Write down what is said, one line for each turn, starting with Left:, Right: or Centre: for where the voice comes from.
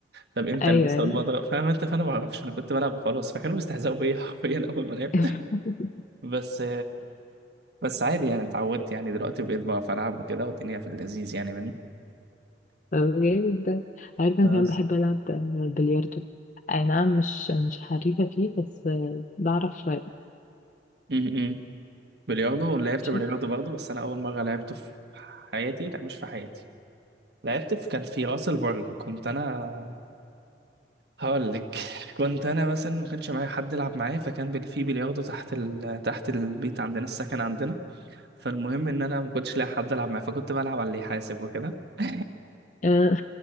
Right: طب امتى
Left: أيوة
Right: البسها
Left: أيوة
Right: والمضرب فاهم انت فانا ما اعرفش انا كنت بلعب وخلاص فكانوا بيستهزئوا بيا <laughs> حرفيا اول ما لعبت
Left: <laughs>
Right: بس بس عادي يعني اتعودت يعني دلوقتي بقيت بعرف العب وكده والدنيا في اللذيذ يعني
Left: طب جامد ده عارفة
Right: مني
Left: أنا كمان بحب ألعب بلياردو أي نعم مش مش حريفة فيه بس آه، بعرف شوية
Right: امم بلياردو لعبت
Left: شو-
Right: بلياردو برضه بس انا اول مره لعبته في حياتي لا مش في حياتي لعبت في كان في راس البر كنت انا هقول لك <laughs> كنت انا مثلا ما كانش معايا حد يلعب معايا فكان بال- في بلياردو تحت ال... تحت البيت عندنا السكن عندنا فالمهم ان انا ما كنتش لاقي حد العب معاه فكنت بلعب على اللي يحاسب وكده <laughs>
Left: آه،